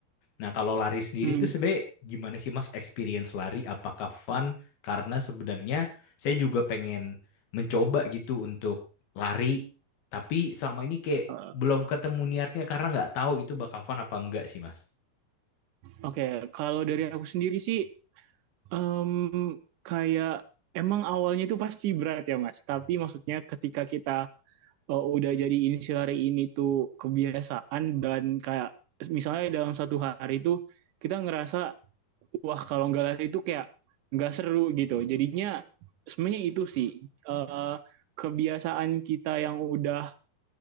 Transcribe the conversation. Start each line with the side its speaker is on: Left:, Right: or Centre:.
Left: Nah, kalau lari sendiri
Right: Mm.
Left: itu sebenarnya gimana sih Mas experience lari? Apakah fun? Karena sebenarnya saya juga pengen mencoba gitu untuk lari, tapi selama ini kayak
Right: Heeh.
Left: belum ketemu niatnya karena nggak tahu itu bakal fun apa enggak sih Mas.
Right: Oke, okay. kalau dari aku sendiri sih Em, kayak emang awalnya itu pasti berat ya Mas, tapi maksudnya ketika kita eh, udah jadi insilari ini tuh kebiasaan dan kayak misalnya dalam satu hari itu kita ngerasa wah kalau nggak lari itu kayak nggak seru gitu. Jadinya sebenarnya itu sih eh, kebiasaan kita yang udah